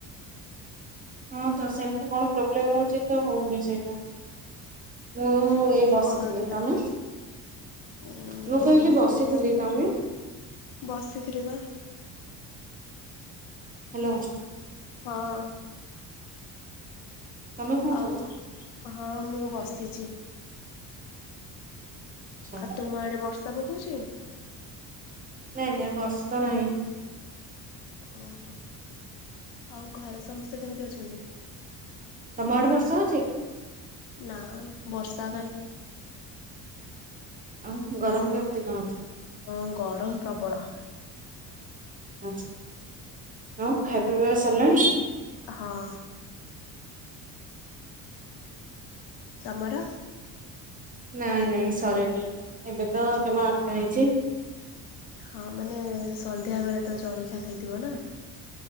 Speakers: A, on the right; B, on the left.
A: ହଁ ତ ସେମତି କଣ ପ୍ରୋବ୍ଲେମ ହଉଛି ତ ହଉନି ସେଇଟା। ମୁଁ ଏ ବସିଥିଲି।
B: କଣ କରୁଥିଲ?
A: ତମେ?
B: ଉଁ
A: ମୁଁ
B: ଏଇ
A: କହିଲି ବସିଥିଲି।
B: ଆଉ
A: ତମେ?
B: ବସିଥିଲି ପା।
A: ହ୍ୟାଲୋ।
B: ହଁ।
A: ତମେ କଣ
B: ଆଉ
A: କରୁଛ?
B: ହଁ ମୁଁ ବସିଛି।
A: ଆଚ୍ଛା।
B: ଆ ତୁମ ଆଡେ ବର୍ଷା ପକୋଉଛି?
A: ନାଇଁ ନାଇଁ ବର୍ଷ ନାହିଁ।
B: ଓହୋ ଆଉ ଘରେ ସମସ୍ତେ କେମତି ଅଛନ୍ତି?
A: ତମ ଆଡେ ବର୍ଷା ହଉଛି?
B: ନା ବର୍ଷା କାଇଁ।
A: ଆଉ ଗରମ କେମିତି କଣ ଅଛି?
B: ହଁ ଗରମ୍ ପ୍ରବଳ।
A: ଆଛା ଆଉ ଖାଇବା ପିଇବା ସରିଲାଣି?
B: ହଁ। ତମର?
A: ନାଇଁ ନାଇଁ ସରେନି ଏବେ ତ ଜମା ଆଠଟା ହେଇଛି।
B: ହଁ ମାନେ ସନ୍ଧ୍ୟାବେଳେ ତ ଜଳିଖିଆ ଖାଇଥିବ ନା।